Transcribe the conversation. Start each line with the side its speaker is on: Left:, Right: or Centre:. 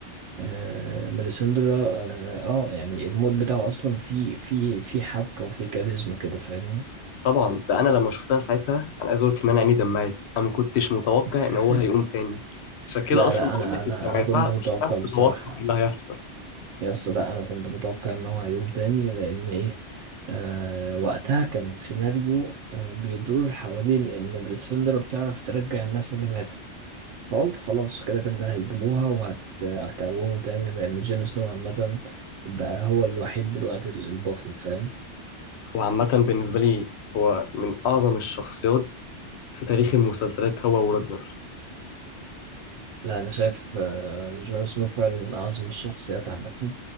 Right: آه، ميليسندرا اه آه، يعني المود بتاعه اصلا في في في حبكة وفي كاريزما كده فاهمني
Left: طبعا ده انا لما شفتها ساعتها انا عايز اقول لك ان انا عيني دمعت انا ما كنتش متوقع
Right: <laughs>
Left: ان هو هيقوم تاني عشان كده
Right: لا
Left: لا اصلا
Right: لا
Left: بقول
Right: انا
Left: لك
Right: انا
Left: انت ما
Right: انا
Left: ينفعش
Right: كنت متوقع
Left: مش هتعرف
Right: بصراحة
Left: تتواصل على ايه اللي هيحصل
Right: يس لا انا كنت متوقع ان هو هيقوم تاني لان ايه آه وقتها كان السيناريو آه بيدور حوالين ان بليسندرا بتعرف ترجع الناس اللي ماتت فقلت خلاص كده كده هيجيبوها وهتقومه تاني لان جون سنو عامة بقى هو الوحيد دلوقتي البطل فاهم
Left: هو عامه بالنسبه لي هو من اعظم الشخصيات في تاريخ المسلسلات هو وراجنر
Right: لا انا شايف آه جون سنو فعلا من اعظم الشخصيات عامة